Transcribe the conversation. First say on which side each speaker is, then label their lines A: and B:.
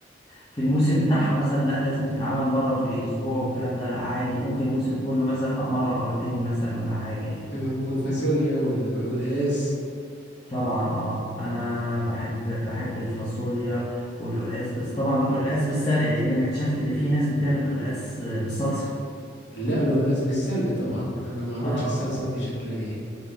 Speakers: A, on the left; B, on the left.
A: في الموسم بتاعها مثلا لا لازم تتعامل مرة كل أسبوع والكلام ده لا عادي
B: م،
A: ممكن الموسم كله مثلا اه مرة مرتين مثلا ولا حاجة يعني
B: تمام والفاصوليا وال- والقلقاس
A: طبعا اه انا بحب بحب الفاصوليا والقلقاس بس طبعا القلقاس بالسلق لان انا اكتشفت ان في ناس بتعمل القلقاس بالصلصة
B: لا القلقاس بالسلق طبعا انا ما اعرفش
A: اه اه
B: الصلصة دي شكلها ايه